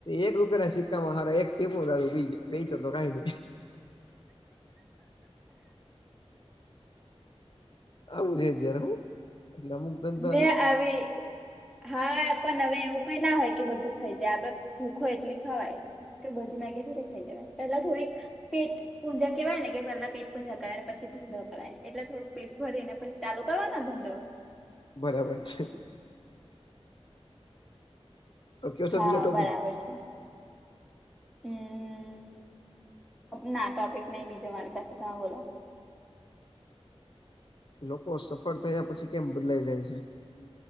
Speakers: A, on the left (about 45°); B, in the centre.
A: એક રૂપિયા ના સિક્કામાં હાર એક ટીપનું દારૂ પી ગયા વેચ્યો તો કંઈ નઈ. આવું છે જ્યારે હું એટલે અમુક ધંધા
B: મે આવી આવી હા પણ હવે એવું કઈ ના હોય કે બધું ખાઈ જાય આપડ ભૂખ હોય એટલી ખવાય કે બધી ના થોડે ખાઈ જવાય પેલા થોડિક પેટ પૂંહેવાય ને કે પહેલા પેટ પૂજા કરે પછી ધંધો કરાય છે એટલે થોડુંક પેટ ભરી ને પછી ચાલુ કરવાનો ધંધો
A: બરાબર છે તો કયો છે
B: હા
A: બીજો ટોપિક
B: બરાબર છે <unintelligible>
A: <inaudible>
B: હમ ના ટોપિક નહી બીજો મારી પાસે તમે બોલો
A: લોકો સફળ થયા પછી કેમ બદલાઈ જાય છે?